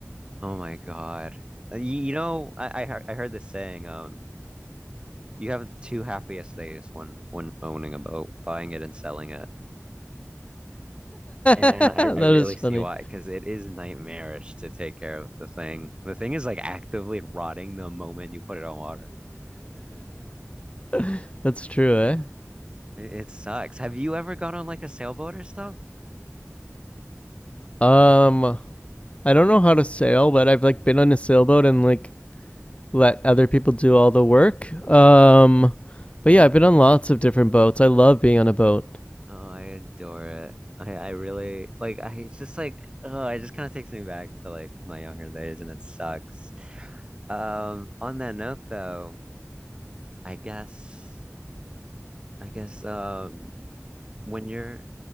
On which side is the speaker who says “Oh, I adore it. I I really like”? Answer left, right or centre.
Right